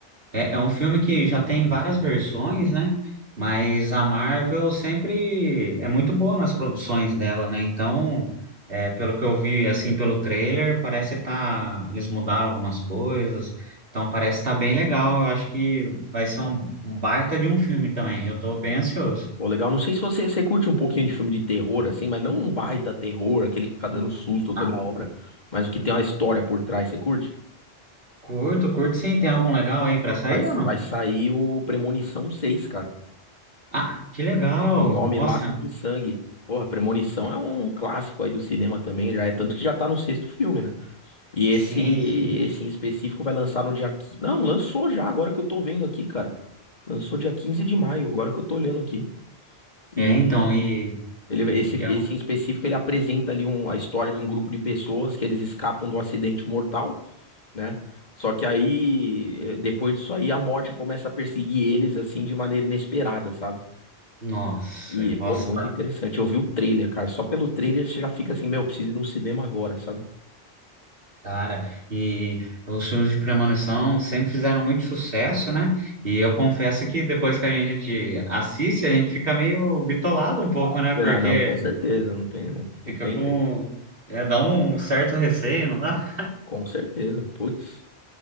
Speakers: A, on the right; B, on the left.
A: É, é um filme que já tem várias versões, né? Mas a Marvel sempre é muito boa nas produções dela, né? Então, é, pelo que eu vi, assim, pelo trailer, parece tá... Eles mudaram algumas coisas. Então, parece estar tá bem legal. Eu acho que vai ser um, um baita de um filme também. Eu tô bem ansioso.
B: Pô, legal. Não sei se você, você curte um pouquinho de filme de terror, assim, mas não um baita terror, aquele que fica dando susto toda
A: Ah,
B: hora, mas o que tem uma história por trás, você curte?
A: curto, curto sim. Tem algum legal aí pra sair
B: Vai,
A: ou não?
B: vai sair o Premonição seis cara.
A: Ah, que legal!
B: O nome
A: Nossa,
B: Laços de Sangue. Porra, Premonição é um clássico aí do cinema também, já é tanto que já tá no sexto filme, né? E esse
A: sim,
B: esse
A: sim.
B: em específico vai lançar no dia 15. Não, lançou já, agora que eu tô vendo aqui, cara. Lançou dia 15 de maio, agora que eu tô olhando aqui.
A: É,
B: E
A: então, e...
B: ele
A: e
B: esse
A: é-
B: esse
A: um,
B: em específico ele apresenta ali um, a história de um grupo de pessoas que eles escapam do acidente mortal né? Só que aí, eh, depois disso aí, a morte começa a perseguir eles, assim, de maneira inesperada, sabe?
A: nossa,
B: E, porra,
A: nossa.
B: muito interessante. Eu vi o trailer, cara. Só pelo trailer você já fica assim, meu, preciso ir no cinema agora, sabe?
A: Cara, e os filmes de premonição sempre fizeram muito sucesso, né? E eu confesso que depois que a gente assiste, a gente fica meio bitolado um pouco, né? Porque
B: Ah, não, com certeza. Não tem,
A: fica
B: não tem
A: com.
B: jeito.
A: É, dá um certo receio, não dá?
B: Com certeza. Putz.